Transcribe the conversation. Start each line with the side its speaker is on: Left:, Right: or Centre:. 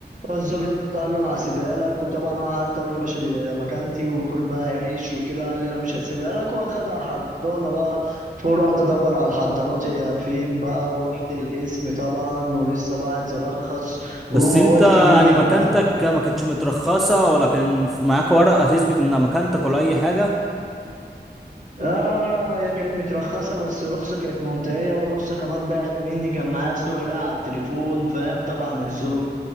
Right: فالظابط قال له انا هسيبها لك وطبعا انا قعدت اقول له يا باشا دي مكانتي وباكل بقى عيش وكده قال لي لا مش هسيبها لك واخدها حضانه بقى فرحت ادور على الحضانات هي فين بقى ورحت القسم طبعا ولسه بقى عايز ارخص
Centre: بس
Right: وموال
Centre: انت
Right: كبير
Centre: يعني مكانتك
Right: بقى
Centre: ما كانتش مترخصة ولا كان في- معاك ورقة تثبت ان مكانتك ولا اي حاجة
Right: اه هي كانت مترخصة بس رخصة كانت منتهية ورخصة كمان ضاعت مني كان معايا صورة لها على التليفون فاهم طبعا الظابط